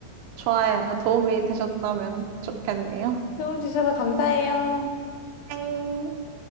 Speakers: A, on the right; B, on the left.
A: 좋아요. 도움이 되셨다면 좋겠네요.
B: 도움 주셔서 감사해요.
A: 땡.